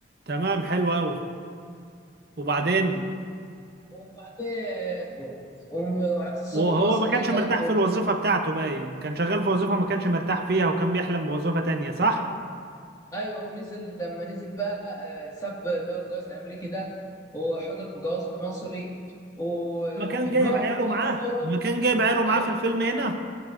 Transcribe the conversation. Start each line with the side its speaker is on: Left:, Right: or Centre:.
Right: تمام حلو قوي وبعدين
Left: وبعدين وهتصب
Right: وهو
Left: مصر
Right: ما كانش
Left: كده
Right: مرتاح
Left: و-
Right: في الوظيفة بتاعته باين كان شغال في وظيفة ما كانش مرتاح فيها وكان بيحلم بوظيفة تانية صح؟
Left: ايوه ونزل لما نزل بقى آه، ساب اللي هو الجواز الامريكي ده وحضر بجوازه المصري وفي
Right: ما كان جايب
Left: دماغه
Right: عياله
Left: بقى
Right: معاه
Left: صورة
Right: ما كان جايب عياله معاه
Left: ايه
Right: في الفيلم هنا